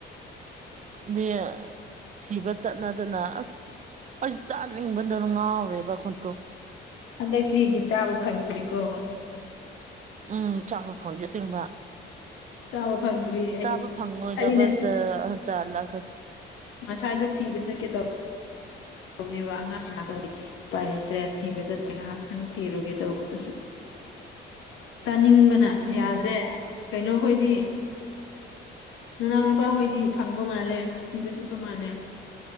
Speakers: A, on the right (about 40°); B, on the left (about 80°).
A: ꯃꯤ ꯁꯤꯕ ꯆꯠꯅꯗꯅ ꯑꯁ ꯑꯩꯁꯨ ꯆꯥꯅꯤꯡꯕꯅ ꯉꯥꯎꯔꯦꯕ ꯈꯣꯟ
B: ꯍꯟꯗꯛꯁꯤꯒꯤ ꯆꯥꯕ ꯐꯪꯗ꯭ꯔꯤꯀꯣ
A: ꯎꯝ <unintelligible> ꯐꯪꯒꯦ ꯑꯁꯦꯡꯕ
B: ꯆꯥꯕ ꯐꯪꯗ꯭ꯔꯤ
A: ꯆꯥꯕ
B: ꯑꯩ
A: ꯐꯪꯉꯣꯏꯗꯕ
B: ꯑꯩꯅ
A: ꯆꯥ ꯖꯥꯠꯂꯥ ꯈ
B: ꯑꯁꯥꯏꯗ ꯊꯤꯕ ꯆꯠꯀꯦ ꯇꯧ ꯍꯨꯝꯅꯦꯕ ꯑꯉꯥꯡ <unintelligible> ꯎꯄꯥꯏ ꯂꯩꯇ꯭ꯔꯦ ꯊꯤꯕ ꯆꯠꯇ꯭ꯔꯦ ꯉꯍꯥꯛꯇꯪ ꯊꯤꯔꯨꯒꯦ ꯇꯧꯕꯗꯨꯁꯨꯝ ꯆꯥꯅꯤꯡꯕꯅ
A: ꯎꯝ
B: ꯌꯥꯗ꯭ꯔꯦ ꯀꯩꯅꯣꯈꯣꯏꯗꯤ ꯅꯅꯥꯎ ꯅꯨꯄꯥ ꯍꯣꯏꯗꯤ ꯐꯪꯕ ꯃꯥꯜꯂꯦ ꯊꯤꯕ ꯆꯠꯄ ꯃꯥꯜꯂꯦ